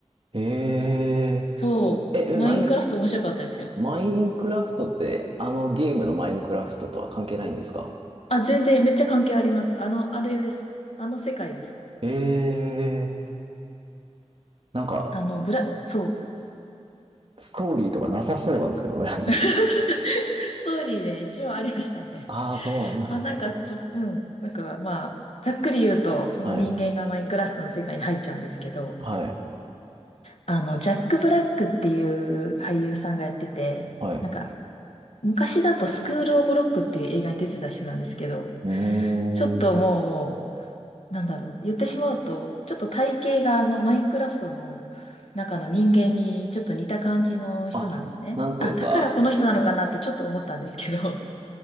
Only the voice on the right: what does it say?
へえ。
え、
マイン、マインクラフトって、あのゲームのマインクラフトとは関係ないんですか
ええ。なんか、
ストーリーとかなさそうなんですけどね。
<laughs> ああ、そうなんだ。
はい。はい。
はい。
うーん。
あ、なんというか、